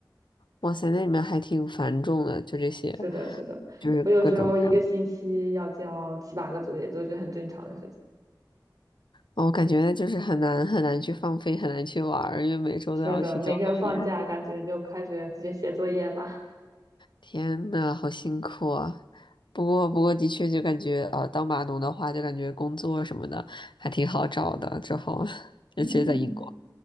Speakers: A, on the left; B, on the right.
A: 哇塞，那你们还挺繁重的，就这些，
B: 是的，是的，
A: 就是各种各样的。
B: 我有时候一个星期要交七八个作业，都是很正常的事情。
A: 哦，我感觉就是很难很难去放飞，很难去玩儿，因为每周都要去交作业。
B: 是的，每个放假感觉就开始直接写作业吧。
A: 天呐，好辛苦啊！不过，不过的确就感觉，呃，当码农的话，就感觉工作什么的还挺好找的。之后，<laughs>
B: <laughs> 嗯，
A: 尤其是在英国，